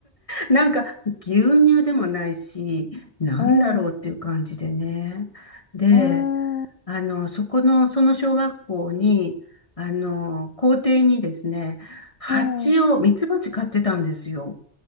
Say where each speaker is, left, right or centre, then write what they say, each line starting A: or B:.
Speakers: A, on the left (about 35°); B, on the left (about 65°).
A: なんか牛乳でもないし、なんだろうっていう感じでね。
B: うん、う
A: で、
B: ん、
A: あの、そこの、その小学校に、あの、校庭にですね、蜂を、
B: うん。
A: ミツバチ飼ってたんですよ。